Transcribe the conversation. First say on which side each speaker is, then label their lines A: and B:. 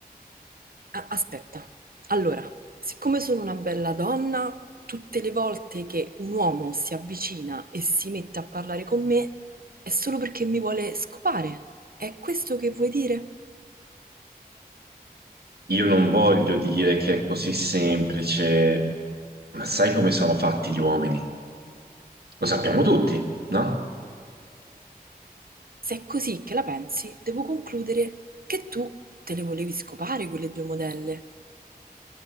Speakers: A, on the right (about 65°); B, on the right (about 85°).
A: Ah, Aspetta, allora, siccome sono una bella donna, tutte le volte che un uomo si avvicina e si mette a parlare con me è solo perché mi vuole scopare. È questo che vuoi dire?
B: Io non voglio dire che è così semplice, ma sai come sono fatti gli uomini? Lo sappiamo tutti, no?
A: Se è così che la pensi, devo concludere che tu te le volevi scopare quelle due modelle.